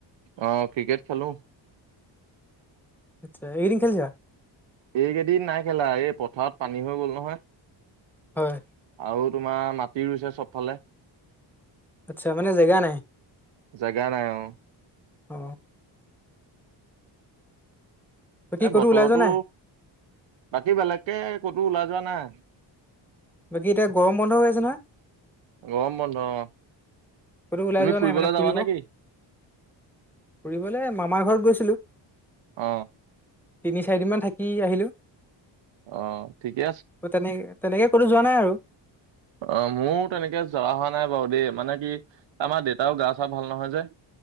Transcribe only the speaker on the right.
অ ক্ৰিকেট খেলো।
এইকেইদিন নাই খেলা এই পথাৰত পানী হৈ গ'ল নহয়?
আৰু তোমাৰ মাটি ৰুইছে চবফালে।
জেগা নাই অ
এ
বতৰতো,
বাকী বেলেগকে কতো ওলাই যোৱা নাই?
গৰম বন্ধ অ,
তুমি
ফুৰিবলৈ
যাবানে কি?
অ
অ ঠিকে আছে
অ মোৰ তেনেকে জৰা হোৱা নাই বাৰু দেই মানে কি আমাৰ দেউতাও গা চা ভাল নহয় যে?